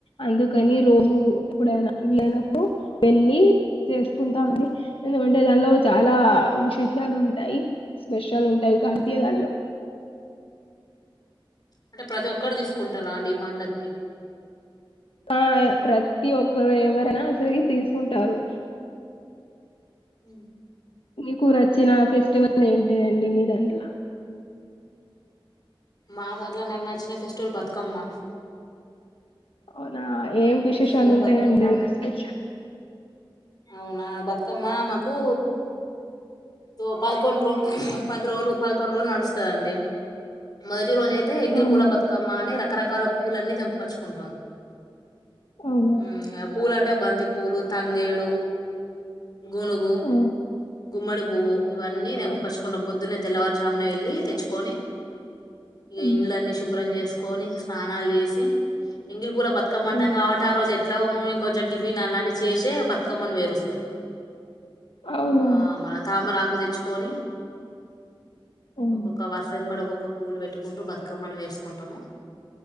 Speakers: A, on the left; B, on the left.
A: అందుకు, కనీ రోజు
B: మ్మ్.
A: ఎప్పుడైనా వీలైనప్పుడు, పు వెళ్ళి చేసుకుంటామని. ఎందుకంటే దాలో చాలా విశేషాలు ఉంటాయి. స్పెషలు ఉంటాయి కాబట్టి దాంట్లో,
B: అంటే ప్రతి ఒక్కరు తీసుకుంటారా అండి ఈ పండక్కి,
A: ఆ ప్రతి ఒక్కరు ఎవరైనా సరే తీసుకుంటారు,
B: ఊ
A: మీకునచ్చినా ఫెస్ వల్ ఏంటి
B: మ్మ్హ్మ్.
A: అండి మీ దాంట్ల,
B: మా దాంట్లో నాకు నచ్చిన ఫెస్టివల్ బతుకమ్మ,
A: అవునా ఏం విశేషాలు
B: మేము
A: ఉంటాయండి
B: బతుకమ్మ
A: <unintelligible>
B: అవునా బతుకమ్మ. మాకు తో పదకొండు రో పది రోజులు పదకొండు రోజులు నడుస్తదండి మొదటి, రోజ అయితే ఎంగిల
A: అవునా
B: పూల బతుకమ్మ అని రక రకా, రకాల పువ్వులన్నీ తెంపకచ్చుకుంటాం,
A: అవునా
B: ఊ ఆ పూలు అంటే బంతి పూలు తంగే, డు గునుగు
A: ఆ
B: గుమ్మడి, పువ్వు ఇవన్నీ తెంపకొచ్చుకుంటాం
A: ఆ
B: పొద్దున, తెల్లవారుజామునే వెళ్ళి తెచ్చుకొని, ఇగ
A: హ్మ్.
B: ఇండ్లన్నీ శుభ్రం చేసు కొని స్నానాలు చేసి ఎంగిలి పూల బతు కమ్మ
A: ఆ!
B: కాబట్టి ఆ రోజు ఎ ఎట్లామో కొంచెం టిఫిన్ అలానే చేసే బ పకమని వేరుొస్తాం
A: అవునా
B: ఆ మన తామరా ప్పు తెచ్చుకొని
A: హ్మ్.
B: ఒక్కొక్క వర్షంబడి ఒక్కొక్క పూలు పెట్టుకు కుంటూ బతుకమ్మను వేసుకుంటాము